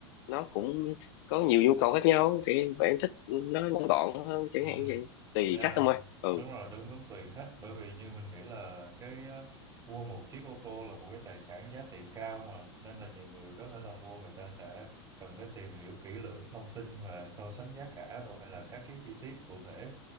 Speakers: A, on the left; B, on the right.
A: nó cũng có nhiều nhu cầu khác nhau thì bạn thích nó ngắn gọn hơn chẳng
B: ừ.
A: hạn vậy tùy
B: Yeah.
A: khách thôi ừ
B: Đúng rồi, đúng đúng tùy khách bởi vì như mình nghĩ là cái ờ, mua một chiếc ô tô là một cái tài sản giá trị cao mà nên là nhiều người có thể là mua người ta sẽ cần phải tìm hiểu kỹ lưỡng thông tin và so sánh giá cả rồi hay là các cái chi tiết cụ thể